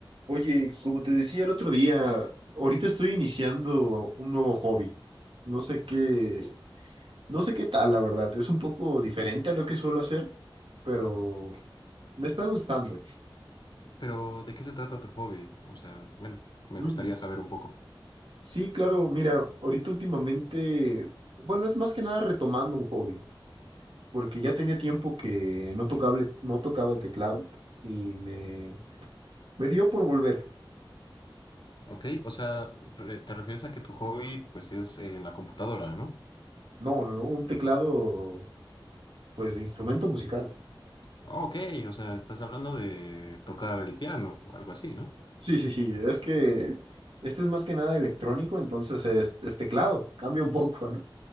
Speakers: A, on the right; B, on the left.
A: Oye, como te decía el otro día, ahorita estoy iniciando un nuevo hobby. No sé qué, no sé qué tal, la verdad. Es un poco diferente a lo que suelo hacer, pero me está gustando.
B: Pero, ¿de qué se trata tu hobby? O sea, bueno, me
A: Mm.
B: gustaría saber un poco.
A: Sí, claro, mira, ahorita últimamente, bueno, es más que nada retomando un hobby, porque ya tenía tiempo que no tocaba, no tocaba el teclado y me, me dio por volver.
B: Ok, o sea, re- te refieres a que tu hobby, pues, es eh, en la computadora, ¿no?
A: No, no, no, un teclado pues de instrumento musical.
B: Ah, Ok, o sea, estás hablando de tocar el piano o algo así, ¿no?
A: Sí, sí, sí, es que este es más que nada electrónico, entonces es, es teclado, cambia un poco, ¿no?